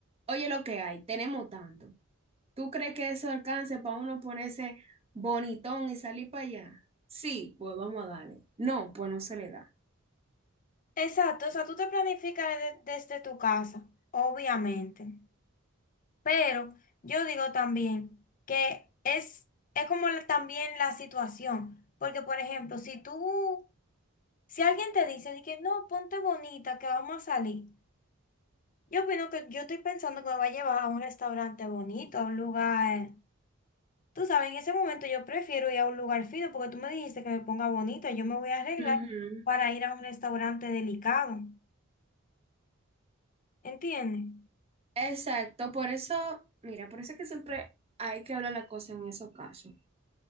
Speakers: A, on the right; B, on the left.
A: oye lo que hay, tenemos tanto. ¿Tú crees que eso alcance para uno ponerse bonitón y salir para allá? Sí, pues vamos a darle. No, pues no se le da.
B: Exacto, o sea, tú te planificas de- desde tu casa, obviamente. Pero yo digo también que es, es como la- también la situación, porque por ejemplo, si tú, si alguien te dice de que no, ponte bonita, que vamos a salir. Yo opino que yo estoy pensando que me va a llevar a un restaurante bonito, a un lugar. Tú sabes, en ese momento yo prefiero ir a un lugar fino porque tú me dijiste que me ponga bonito. Yo me voy a arreglar
A: Ujú.
B: para ir a un restaurante delicado. ¿Entiendes?
A: Exacto, por eso, mira, por eso es que siempre hay que hablar la cosa en esos casos.